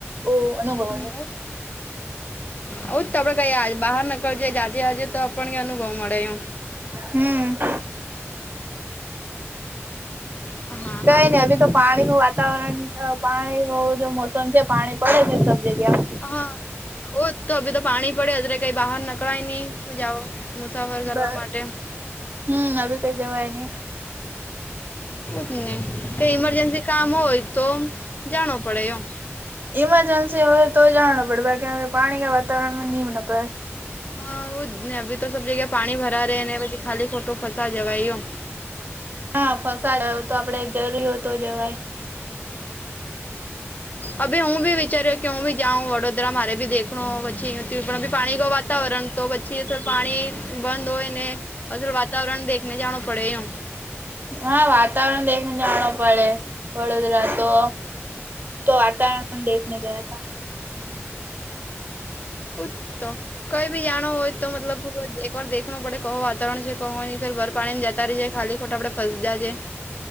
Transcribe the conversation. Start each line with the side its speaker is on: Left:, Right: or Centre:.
Right: ઓ અનુભવ
Left: હમ્મ. હજ આપડે કઈ બહાર નકળજે જાજે આજે તો આપને અનુભવ મળે એ.
Right: હમ્મ.
Left: હા
Right: કઈ
Left: હા.
Right: નઈ અભી તો પાણી નું વાતાવરણ પાણી ન જો મોસમ છે પાણી પડે ને સબ જગ્યા.
Left: હા ઓ તો અભી તો પાણી પડેજરે કઈ બહાર નકળાય નહી. જાઓ મુસાફર કરવા
Right: બ
Left: માટે
Right: હમ અભી કઈ જવાય નહી
Left: જ નહી કઈ ઇમરજન્સી કામ હોય તો જાણો પડે એ.
Right: ઇમરજન્સી હોય તો જાણ પડે બાકી પાણી ના વાતાવરણ માં નીમ નકળે.
Left: હા હું જ ને હી તો સબ જગ્યા પાણી ભરા રે ને પછી ખાલી ખોટો ખસા જવા યો.
Right: હા ફસાયય તો આપડે જરૂરી હોતો જવાય.
Left: અભી હું બી વિચાર્યો કે હુંબી જાવ વડોદરા મારે ભી દેખ પચછી પાણી ગવા વાતાવરણ તો પછી અર પાણી બંધ હોય ને અર વાતાવરણ દેખને જાણું પડે એ.
Right: હા વાતાવરણ દેખને જાણ પડે વડોદરા તો તો વાતાવરણ દેખને ગયા થ.
Left: ઉ તો કઈ ભી જાણો હોય તો મતલબ એકવારેખું પડે કહવો વાતારણ છે કહો નહીંર પાણી જતા ર જાય ખાલી ખોટા આપડે ફસાય જાયજે.